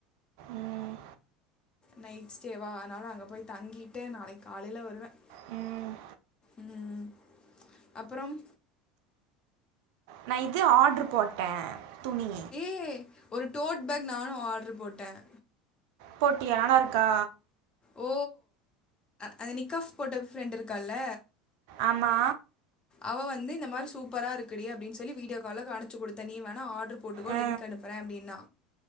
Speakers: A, on the right; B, on the left.
A: ம்
B: நைட் ஸ்டேவா அதனால அங்க போய் தங்கிட்டு நாளைக்கு காலைல வருவேன்
A: ம்
B: ம் அப்புறம்
A: நா இது ஆர்டர் போட்டேன் துணி
B: ஏ ஒரு டோட் பேக் நானு ஆர்டர் போட்டேன்
A: போட்டியா நல்லா இருக்கா
B: ஓ அந்த நிக்காஃப் போட்ட ஃப்ரெண்ட்டு இருக்கால்ல
A: ஆமா
B: அவ வந்து இந்த மாரி சூப்பரா இருக்குடி அப்டின் சொல்லி வீடியோ கால கானுச்சு கொடுத்த நீ வேணா ஆட்ர்ரு போட்டுக்கோ
A: ஆ
B: லின்க் அனுப்புறே அப்டின்னா